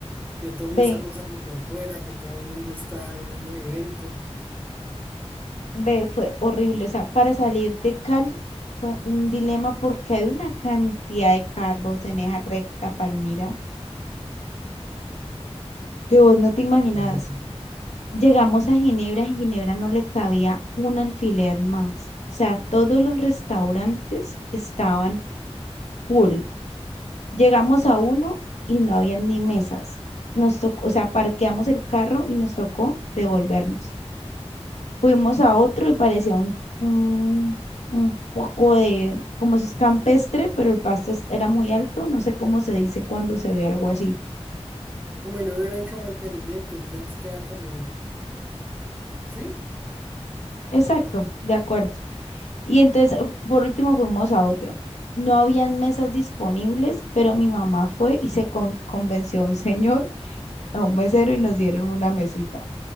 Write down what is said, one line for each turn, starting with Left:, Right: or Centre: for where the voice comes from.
Right: que todo el
Left: B,
Right: mundo está almorzando por fuera, que todo el mundo está en un evento.
Left: B, fue horrible. O sea, para salir de Cali fue un dilema porque hay una cantidad de carros en esa recta, Palmira, que vos no te imaginas.
Right: Imagino.
Left: Llegamos a Ginebra, en Ginebra no le cabía un alfiler más. O sea, todos los restaurantes estaban full. Llegamos a uno y no había ni mesas. Nos tocó, o sea, parqueamos el carro y nos tocó devolvernos. Fuimos a otro y parecía un, un, un poco de, como eso es campestre, pero el pasto es- era muy alto. No sé cómo se dice cuando se ve algo así.
Right: Como si no hubiera hecho mantenimiento, entonces queda como, ¿sí?
Left: Exacto, de acuerdo. Y entonces, eh, por último, fuimos a otro. No habían mesas disponibles, pero mi mamá fue y se con- convenció a un señor, <laughs> a un mesero, y nos dieron una mesita.